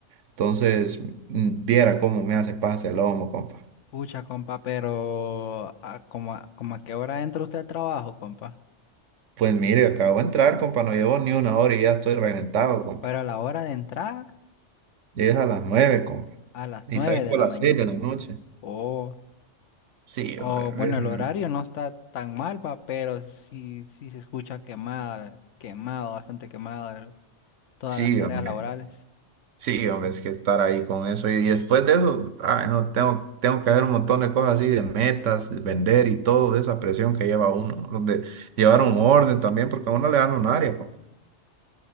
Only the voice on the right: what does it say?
Entonces, mm, viera cómo me hace pase el lomo, compa.
Pues mire, acabo de entrar, compa, no llevo ni una hora y ya estoy reventado, compa.
Llegues a las nueve, compa.
Y
salgo
a
las
seis de la noche.
Sí,
hombre.
ve-
Sí,
hombre.
Sí, hombre, es que estar ahí con eso. Y después de eso, ay, no, tengo, tengo que hacer un montón de cosas así, de metas, vender y todo, esa presión que lleva uno, ¿no? de llevar un orden también, porque a uno le dan un área, compa.